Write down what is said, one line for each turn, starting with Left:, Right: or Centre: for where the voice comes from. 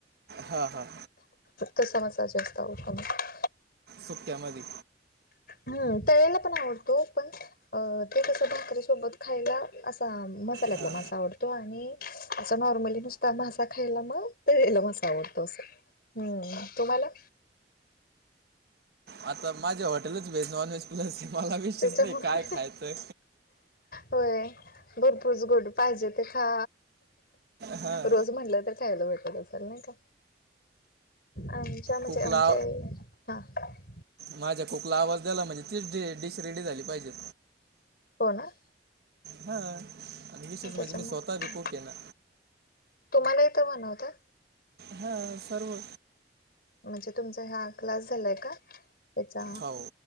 Right: हा हां.
Left: तसा मसाला जास्त आवडतो मला
Right: सुक्यामध्ये
Left: हम तळलेला पण आवडतो. पण ते कसं भाकरीसोबत खायला असा मसाल्यातला
Right: हां
Left: मासा आवडतो आणि असं नॉर्मली नुसता मासा खायला मग तळलेला मासा आवडतो. हम्म तुम्हाला?
Right: आता माझ्या हॉटेलच व्हेज, नॉन व्हेज प्लस मला विशच
Left: त्याच्यामुळे
Right: नाही काय खायचं.
Left: होय भरपूरच गोड पाहिजे ते खा.
Right: हां
Left: रोज म्हटलं तर खायला भेटल असल नाही का? आमच्या त्या म्हणजे
Right: कुकला
Left: आमच्या म्हणजे
Right: माझ्या कूक ला आवाज द्याला म्हणजे तीच डिश रेडी झाली पाहिजे.
Left: हो ना.
Right: हा आणि विशेष
Left: त्याच्यामुळे
Right: म्हणजे मी स्वतः
Left: काय
Right: बी कूक आहे ना.
Left: तुम्हाला येत बनवता?
Right: हा सर्व
Left: म्हणजे तुमचा ह्या क्लास झालाय का? याचा
Right: हो